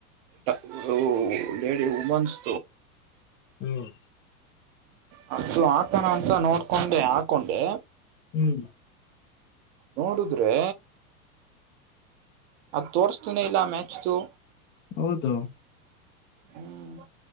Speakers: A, on the right; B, on the left.
A: <unintelligible> ಲೇಡಿ ಉಮೆನ್ಸ್
B: ಹ್ಮ್.
A: ಹ ಅದು ಹಾಕಣ ಅಂತ ನೋಡ್ಕೊಂಡೆ ಹಾಕೊಂಡೆ.
B: ಹ್ಮ್.
A: ನೋಡುದ್ರೆ ಅದ್ ತೋರ್ಸ್ತನ ಇಲ್ಲ ಆ ಮ್ಯಾಚ್ದು.
B: ಹೌದು.
A: ಹ್ಮ್